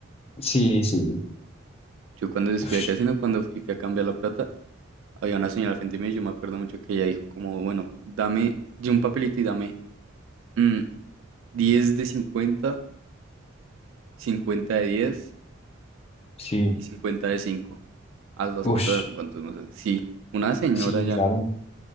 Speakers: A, on the left (about 30°); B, on the right (about 65°).
A: Sí, sí.
B: Yo cuando fui
A: Ush,
B: al casino, cuando fui a cambiar la plata, había una señora al frente mío y yo me acuerdo mucho que ella dijo como, bueno, dame, di un papelito y dame mm, 10 de cincuenta 50 de 10
A: sí.
B: y 50 de cinco Haz las
A: Ush,
B: cuentas a ver cuántos no sé. Sí, una señora
A: sí,
B: ya.
A: claro.